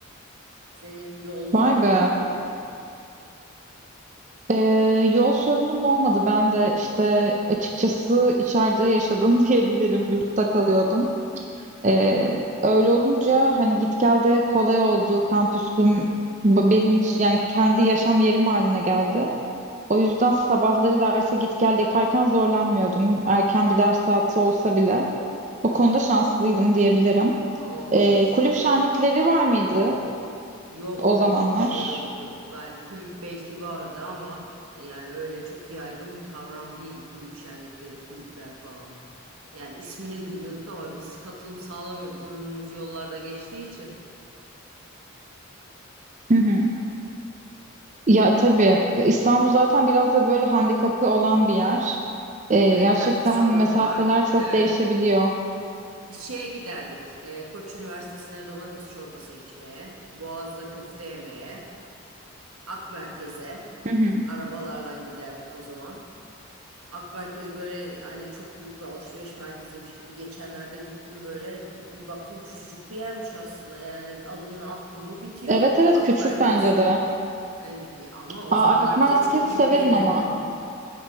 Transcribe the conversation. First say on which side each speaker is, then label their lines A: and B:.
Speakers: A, on the right; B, on the right.
A: Senin yol sorunun
B: vay be
A: var mı?
B: Ee, yol sorunum olmadı ben de işte açıkçası içeride yaşadım <laughs> diyebilirim yurtta kalıyordum Ee, öyle olunca hani git gel de kolay oldu kampüsüm b- benim için yani kendi yaşam yerim haline geldi O yüzden sabahları derse git gel yaparken zorlanmıyordum. Erken bir ders saati olsa bile. O konuda şanslıydım diyebilirim.
A: O
B: Ee,
A: biz
B: kulüp şenlikleri var mıydı
A: yoktu
B: o zamanlar?
A: hiçbir şey yoktu. Yani kulüp belki vardı ama yani öyle çok yaygın bir kavram değildi kulüp şenlikleri, kulüpler falan. Yani ismini duyuyorduk ama biz katılım sağlamıyorduk. Ömrümüz yollarda geçtiği için.
B: Hı hı. Ya tabii İstanbul zaten biraz da böyle handikapı olan bir yer. Ee,
A: Evet
B: gerçekten
A: trafik sorunu
B: mesafeler
A: var.
B: çok
A: Evet.
B: değişebiliyor.
A: Biz şeye giderdik. e, Koç Üniversitesi'ne domates çorbası içmeye, Boğaz'da köfte yemeye, Ak Merkez'e
B: Hı hı.
A: arabalarla giderdik o zaman. Ak Merkez böyle hani çok büyük bir alışveriş merkeziymiş gibi geçenlerde gittim böyle bir baktım küçücük bir yermiş aslında yani adımını attım mı bitiyor
B: Evet evet
A: Ak
B: küçük
A: Merkez.
B: bence de.
A: Ay, ama o
B: Aa,
A: zamanlar
B: Alp merkezi
A: bize çok büyük
B: severim
A: gelirdi.
B: ama.